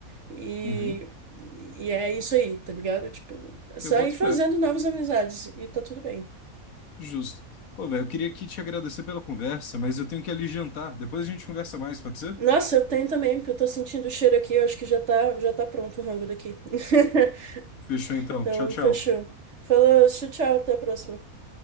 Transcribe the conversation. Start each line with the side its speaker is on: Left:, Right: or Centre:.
Right: E,
Left: Uhum,
Right: e é isso aí, tá ligado? Tipo, é só
Left: eu boto
Right: ir fazendo
Left: fé.
Right: novas amizades e tá tudo bem.
Left: Justo. Pô, velho, eu queria aqui te agradecer pela conversa, mas eu tenho que ali jantar. Depois a gente conversa mais, pode ser?
Right: Nossa, eu tenho também, porque eu tô sentindo o cheiro aqui, eu acho que já tá, já tá pronto o rango daqui. <laughs>
Left: Fechou então.
Right: Então,
Left: Tchau, tchau.
Right: fechou. Falou, tchau, tchau, até a próxima.